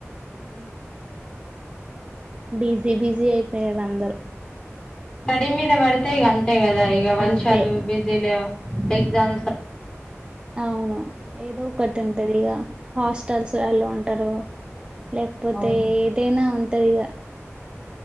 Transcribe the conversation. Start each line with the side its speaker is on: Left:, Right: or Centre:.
Right: అ బిజీ బిజీ అయిపోయారు అందరు
Left: స్టడ మీద వడితే ఈ అంతే కదా ఈ వలసదు
Right: అంతే
Left: బిజీల ఎక్సామ్స్
Right: అవును ఏదో ఒకటి తెదిగా హాస్టల్స్ ఎలా ఉంటారు లేకపోతే
Left: అవును
Right: ఏదైనా ఉంటదిగా